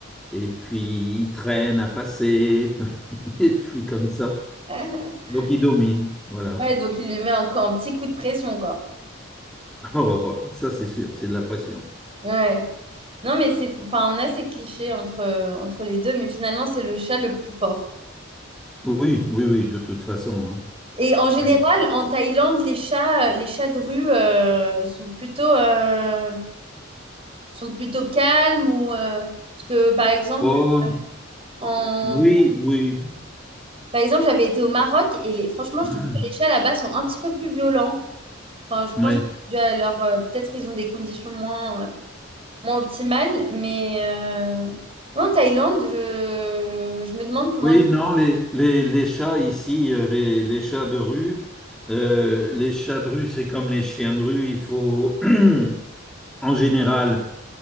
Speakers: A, in the centre; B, on the right (about 30°).
A: et puis il traîne à passer <laughs> et puis comme ça.
B: <laughs>
A: Donc il domine, voilà.
B: Ouais, donc il lui met un, coup- un petit coup de pression, quoi.
A: <laughs> Oh, ça c'est sûr, c'est de la pression.
B: Ouais. Non, mais c'est, enfin, on a ces clichés entre, entre les deux, mais finalement, c'est le chat le plus fort.
A: Oui, oui, oui, de toute façon. hein.
B: Et en général,
A: Euh,
B: en Thaïlande, les chats, les chats de rue euh, sont plutôt, euh, sont plutôt calmes ou euh, parce que, par exemple,
A: Oh,
B: en,
A: oui, oui.
B: par exemple, j'avais été au Maroc et les, franchement,
A: <clears throat>
B: je trouve que les chats là-bas sont un petit peu plus violents. Enfin, je pense
A: Oui,
B: que c'est dû à leur, euh, peut-être ils ont des conditions moins, euh, moins optimales, mais euh, en Thaïlande, je, je me demande comment
A: oui,
B: les.
A: non, les, les, les chats ici, euh, les, les chats de rue, euh, les chats de rue, c'est comme les chiens de rue, il faut <clears throat> en général